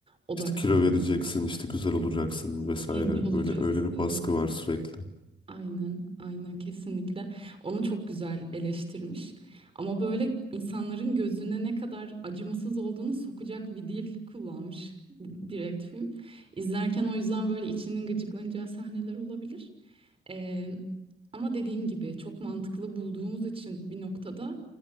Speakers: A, on the right; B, on the left.
A: odaklan.
B: İşte kilo vereceksin, işte güzel olacaksın vesaire.
A: Genç olacaksın.
B: Böyle öyle bir baskı var sürekli.
A: Aynen, aynen kesinlikle. Onu çok güzel eleştirmiş. Ama böyle insanların gözüne ne kadar acımasız olduğunu sokacak bir dil kullanmış direkt film. İzlerken o yüzden böyle içinin gıcıklanacağı sahneler olabilir. Ee, ama dediğim gibi çok mantıklı bulduğumuz için bir noktada